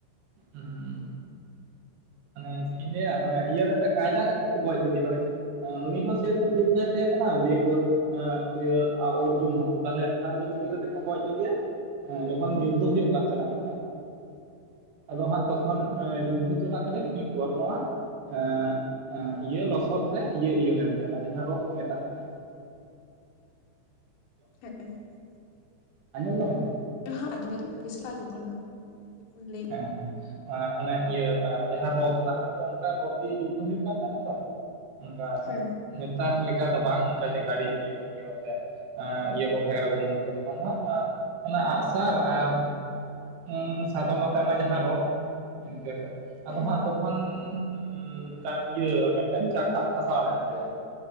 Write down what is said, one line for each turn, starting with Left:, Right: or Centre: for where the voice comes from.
Right: <inaudible> ᱢᱟᱱᱮ ᱪᱮᱜ ᱤᱧ ᱞᱟᱹᱭᱟ ᱢᱟᱱᱮ ᱤᱭᱟᱹ ᱠᱟᱛᱮ ᱠᱟᱭᱫᱟ ᱠᱟᱛᱮ ᱠᱚ ᱜᱚᱡ ᱞᱮᱫᱮ ᱢᱟᱱᱮ ᱾ ᱩᱱᱤ ᱦᱚᱸ ᱥᱮᱨᱚᱠᱚᱢ ᱡᱳᱫᱽᱫᱷᱟᱭ ᱛᱟᱦᱮᱸ ᱠᱟᱱᱟ ᱫᱤᱭᱮᱯᱚᱨ ᱾ ᱟᱨ ᱤᱭᱟᱹ ᱚᱨᱡᱩᱱ ᱦᱚᱸ ᱛᱟᱞᱦᱮ ᱟᱞ ᱫᱚ ᱪᱤᱠᱟᱹ ᱠᱟᱛᱮᱜ ᱠᱚ ᱜᱚᱡ ᱤᱫᱤᱭᱟ? ᱮᱸᱡᱚᱠᱷᱚᱱ
Left: ᱦᱮᱸ
Right: ᱡᱩᱫᱽᱫᱷᱚ ᱦᱩᱭᱩᱜ ᱠᱟᱱ ᱛᱷᱮᱱᱟ ᱚᱱᱠᱟ ᱟᱫᱚ ᱦᱟᱸᱜ ᱛᱚᱠᱷᱚᱱ ᱟᱸ ᱡᱩᱫᱽᱫᱷᱚ ᱦᱚᱪᱚᱞᱟ ᱠᱟᱞᱮ ᱩᱱᱤ ᱠᱚᱨᱱᱚᱣᱟᱜ ᱮᱸ ᱮᱸ ᱤᱭᱟᱹ ᱞᱚᱥᱚᱫ ᱨᱮ ᱤᱭᱟᱹ ᱤᱭᱟᱹ ᱞᱮᱱ ᱛᱟᱭᱟ ᱚᱱᱟ ᱡᱟᱦᱟᱸ ᱨᱳᱫ ᱠᱚ ᱢᱮᱛᱟᱜ ᱠᱟᱱᱟ ᱾
Left: <inaudible>
Right: ᱟᱸᱡᱚᱢᱫᱟᱢ?
Left: ᱦᱟ ᱟᱸᱡᱚᱢ ᱫᱟᱞᱤᱧ ᱥᱤᱥᱨᱟ ᱟᱸᱡᱚᱢ ᱠᱟᱱᱟ ᱞᱟᱹᱭ
Right: ᱮ ᱦᱮᱸ ᱾ ᱟᱸ ᱚᱱᱮ ᱤᱭᱟᱹ ᱟᱸ ᱡᱟᱦᱟᱸ ᱨᱚᱫ ᱞᱟᱦᱟ ᱫᱚ ᱚᱱᱠᱟ ᱨᱚᱫ ᱫᱤᱭᱮ ᱡᱩᱫᱽᱫᱚ ᱦᱩᱭᱩᱜ ᱠᱟᱱ ᱛᱟᱦᱮᱸᱱᱟ ᱛᱚ ᱾ ᱚᱱᱠᱟ
Left: ᱦᱮᱸ
Right: ᱱᱮᱛᱟᱨ ᱞᱮᱠᱟ ᱫᱚ ᱵᱟᱝ ᱚᱱᱠᱟ ᱡᱮ ᱜᱟᱹᱲᱤ ᱤᱭᱟᱹ ᱤᱭᱟᱹᱛᱮ ᱾ ᱮᱸ ᱤᱭᱟᱹ ᱠᱚ ᱛᱟᱦᱮᱸ ᱠᱟᱱᱟ ᱵᱚᱱᱫᱷᱩᱠ ᱠᱚ ᱛᱚᱠᱷᱚᱱ ᱦᱚᱸ ᱾ ᱚᱱᱟ ᱟᱸᱜᱼᱥᱟᱨ ᱟᱨ <inaudible> ᱥᱟᱫᱚᱢ ᱟᱛ ᱛᱟᱜ ᱱᱟ ᱡᱟᱦᱟᱸ ᱨᱚᱫ ᱤᱱᱠᱟᱹᱜᱮ ᱟᱫᱚ
Left: ᱦᱮᱸ
Right: ᱦᱟᱸᱜ ᱛᱚᱠᱷᱚᱱ <inaudible> ᱠᱟᱱ ᱤᱭᱟᱹ ᱢᱤᱫᱴᱮᱱ ᱪᱟᱠᱷᱟ ᱯᱷᱟᱥᱟ ᱞᱮᱱ ᱛᱟᱭᱟ ᱾